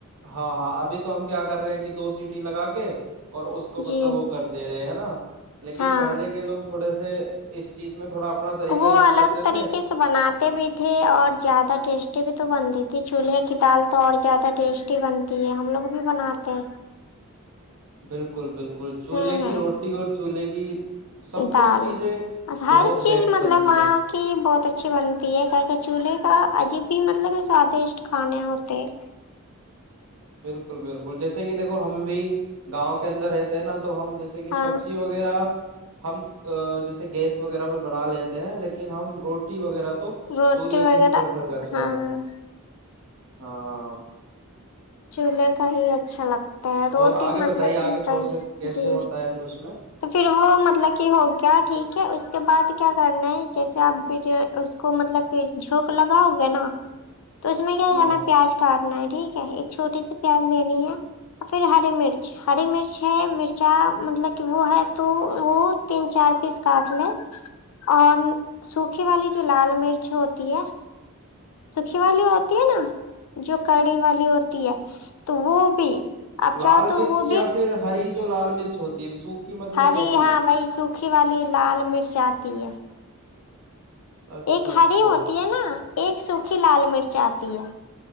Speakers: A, on the right; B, on the left.
A: ہاں ہاں ابھی تو ہم کیا کر رہے ہیں کہ دو سیٹی لگا کے <unintelligible> اور اس کو مطلب
B: جی
A: وہ کر دے رہے ہیں <unintelligible> نہ <unintelligible> لیکن
B: ہاں
A: پہلے کے لوگ تھوڑے سے <unintelligible> اس چیز میں <unintelligible> طریقہ
B: وہ
A: یوز
B: الگ
A: کرتے تھے
B: طریقے سے بناتے بھی تھے اور زیادہ ٹیسٹی بھی تو بنتی تھی چلہے <unintelligible> کی دال تو اور زیادہ ٹیسٹی بنتی ہے ہم لوگ بھی بناتے ہیں <unintelligible>
A: بالکل بالکل <unintelligible>
B: ہ ہ
A: کی روٹی اور چولہے کی سب کچھ
B: دال
A: چیزیں
B: ہر
A: بہت
B: چیز
A: بیٹر بنتی
B: مطلب وہاں
A: ہیں
B: کی بہت اچھی بنتی ہے کہ کہ چولہے کا عجب بھی ملب <unintelligible> سادشٹ کھانے ہوتے <unintelligible>
A: بالکل بالکل جیسے کہ دیکھو ہم بھی گاؤں کے اندر رہتے ہیں نا <unintelligible> تو ہم جیسے کہ
B: ہاں
A: سبزی وغیرہ <unintelligible> ہم جیسے گیس وغیرہ پہ بنا لیتے ہیں لیکن ہم روٹی وغیرہ <unintelligible>
B: روٹی
A: چولہے
B: وغیرہ
A: کی ہی پریفر کرتے
B: ہاں
A: ہیں
B: <unintelligible>
A: ہاں ہاں <unintelligible>
B: چولے کا ہی اچھا لگتا <unintelligible> روٹی
A: اور آگے
B: مطلب
A: بتائیے آگے
B: کہ
A: پروسیس کیسے
B: جی
A: ہوتا ہے پھر اس میں <unintelligible>
B: تو پھر وہ مطلب کہ ہو گیا ٹھیک ہے اس کے بعد کیا کرنا ہے جیسے آپ اس کو مطلب کہ جھونک لگاؤ گے نا <unintelligible> تو اس میں کیا
A: ہوں
B: کرنا پیاز کاٹ <unintelligible> ٹھیک ہے ایک چھوٹی سی پیاز لینی ہے اور پھر ہری مرچ ہری مرچ ہے مرچا مطلب وہ ہے تو وہ تین چار پیس کاٹ لیں اور سوکھی والی جو لال مرچ ہوتی ہے سکھی والی ہوتی ہے نا جو کڑی والی ہوتی ہے تو وہ بھی آپ
A: لال
B: چاہو تو
A: مرچ
B: وہ
A: یا پھر ہری جو لال مرچ ہوتی <inaudible> مطلب
B: ہر
A: کیسی
B: ہاں بائی سوکی والی لال مرچ آتی ہے
A: اچھا
B: ایک
A: اچھا
B: ہری ہوتی ہے نا ایک سوکھی لال مرچ آتی ہے